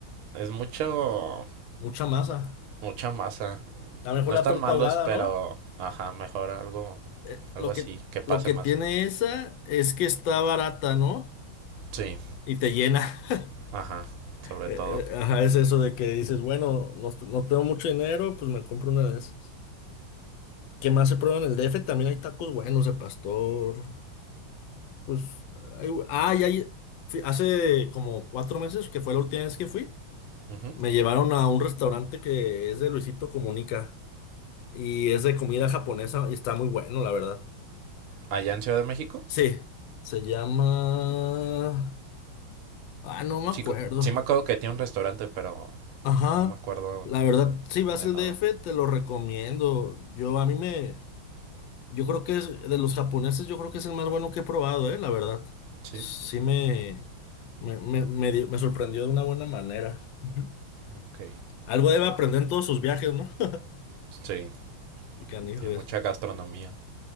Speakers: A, on the right; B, on the left.
A: Es mucho,
B: Mucha masa.
A: mucha masa.
B: A lo mejor
A: No están
B: la torta
A: malos,
B: ahogada,
A: pero,
B: ¿no?
A: ajá, mejor algo,
B: Eh,
A: algo
B: Lo
A: así,
B: que,
A: que pase
B: lo que
A: más.
B: tiene esa es que está barata, ¿no?
A: Sí.
B: Y te llena. <laughs>
A: Ajá, sobre
B: Eh,
A: todo.
B: eh, Ajá, es eso de que dices, bueno, no, t- no tengo mucho dinero, pues me compro una de esas. ¿Qué más se prueba en el DF? También hay tacos buenos de pastor. Pues, hay, ah, y hay- fui- hace como cuatro meses, que fue la última vez que fui,
A: Ujú.
B: me llevaron a un restaurante que es de Luisito Comunica y es de comida japonesa y está muy bueno, la verdad.
A: Allá en Ciudad de México,
B: Sí, se llama... Ah, no me
A: sí,
B: acuerdo.
A: co- sí me acuerdo que tiene un restaurante, pero
B: Ajá,
A: no me acuerdo
B: la verdad, si vas
A: de
B: al
A: nada.
B: DF, te lo recomiendo. Yo a mí me, yo creo que es de los japoneses, yo creo que es el más bueno que he probado, eh, la verdad.
A: Sí.
B: Sí me, me, me, me dio- me sorprendió de una buena manera. Ujú.
A: Ok.
B: Algo debe aprender en todos sus viajes, ¿no? <laughs>
A: Sí,
B: Qué canijo
A: tiene
B: es.
A: mucha gastronomía.